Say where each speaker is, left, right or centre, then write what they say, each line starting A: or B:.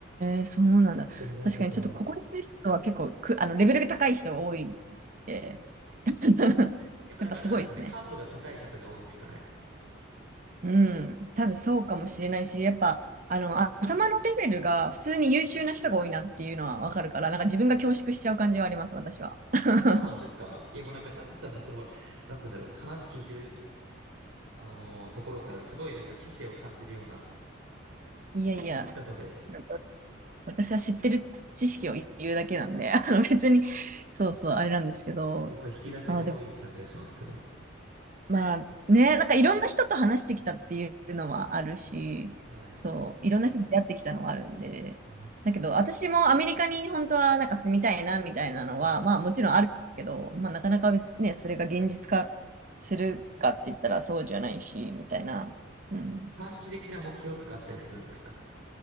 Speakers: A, on the right; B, on the right.
A: ー、そうなんだ。
B: 本当になんかその、
A: 確かにちょっとここにいる人は結構く、あの、レベルが高い人が多いって <laughs>
B: やっぱなんかあれなんですかね、
A: やっぱすごいですね。
B: 感度が高い方が多いんですかね。
A: うん。多分そうかもしれないし、やっぱ、あの、あ頭のレベルが普通に優秀な人が多いなっていうのはわかるから、なんか自分が恐縮しちゃう感じはあります、私は。<laughs>
B: そうなんですかいやもうなんかサチさんもすごい、なんて言うんだろう、話聞いてる、あのーところからすごいなんか知性を感じるような
A: いやいや、
B: 話し方で。
A: なんか私は知ってる知識を言うだけなんで、あの別に、そうそう、あれなんですけど、
B: すごい引き出しが多い感じがします、
A: あ、でも
B: すごい。
A: まあね、なんかいろんな人と話してきたっていうのはあるし、
B: はい。
A: そう、いろんな人と出会ってきたのはあるんで、
B: えー
A: だけど私もアメリカに本当はなんか住みたいなみたいなのは、
B: はい。
A: まあもちろんあるんですけど、まあなかなかね、それが現実化するかって言ったらそうじゃないし、
B: あ
A: みたいな。
B: なんか短期的な目標とかあったりするんですか
A: うん、